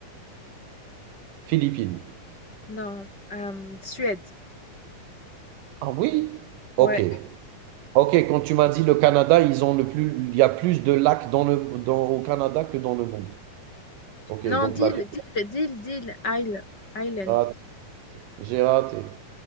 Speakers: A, on the right; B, on the left.
A: Philippines.
B: Non, hum, Suède.
A: Ah oui?
B: Ouais.
A: Ok. Ok, quand tu m'as dit le Canada, ils ont le plus, il y a plus de lacs dans le, dans- au Canada que dans le monde. Ok,
B: Non,
A: donc
B: d'île,
A: là, j'ai
B: d'île, d'île, d'île, isle, island.
A: raté. J'ai raté.